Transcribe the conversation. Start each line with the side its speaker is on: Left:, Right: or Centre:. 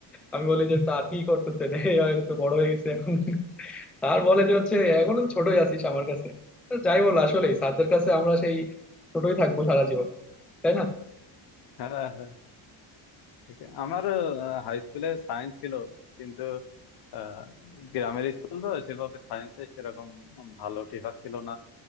Centre: আমি বলি যে স্যার কি করতেছেন <laughs> এই আমি তো বড় হয়ে গেছে এখন স্যার বলে যে হচ্ছে এখনো তো ছোটই আছিস আমার কাছে তো যাই বল আসলে স্যারদের কাছে আমরা সেই ছোটই থাকবো সারা জীবন তাই না
Left: হ্যাঁ হ্যাঁ হ্যাঁ, ঠিক আছে। আমার হাই স্কুলে সায়েন্স ছিল কিন্তু আহ, গ্রামের স্কুল তো সেভাবে সায়েন্সে সেরকম ভালো টিচার ছিল না